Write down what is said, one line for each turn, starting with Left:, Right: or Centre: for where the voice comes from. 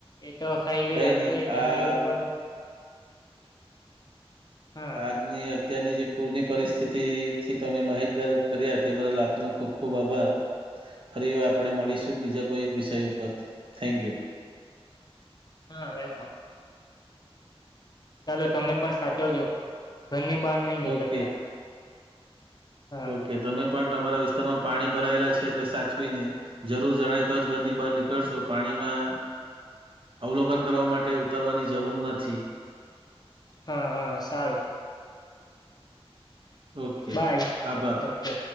Left: એ તો હાઈવે
Right: કઈ
Left: લાગતો
Right: નહી
Left: હોય એટલે
Right: આ
Left: હાઈવે પર હા
Right: આ ની અત્યારની જે પૂરની પરિસ્થિતિ થી તમે માહિતગાર કર્યા તે બદલ આપનો ખુબ ખૂબ આભાર. ફરી આપડે મળીશું બીજા કોઈ એક વિષય ઉપર થેન્કયુ
Left: હા વેલકમ. ચાલો તમે પણ સાચવજો ઘરની બહાર નહી નીકળતા.
Right: ઓકે
Left: હા
Right: ઓકે તમે પણ તમારા વિસ્તારમાં પાણી ભરાયેલા છે એટલે સાચવી ને. જરૂર જણાય તો જ ઘરની બહાર નીકળશો પાણીમાં અવલોકન કરવા માટે ઉતરવાની જરૂર નથી.
Left: હા હા સારું.
Right: ઓકે
Left: બાય
Right: આભાર
Left: ઓકે.